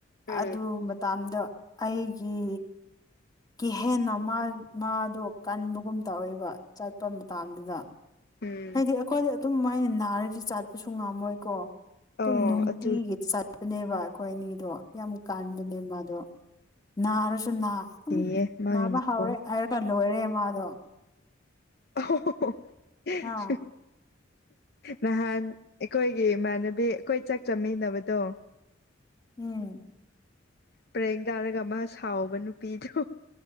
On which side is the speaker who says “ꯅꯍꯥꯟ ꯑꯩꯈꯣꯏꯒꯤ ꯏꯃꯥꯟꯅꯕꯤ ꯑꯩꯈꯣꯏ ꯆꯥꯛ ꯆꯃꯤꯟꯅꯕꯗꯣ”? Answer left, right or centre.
Left